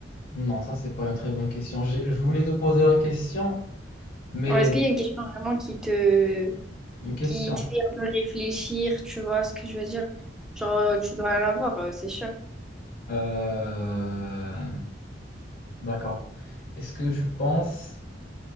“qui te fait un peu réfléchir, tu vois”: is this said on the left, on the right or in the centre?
Centre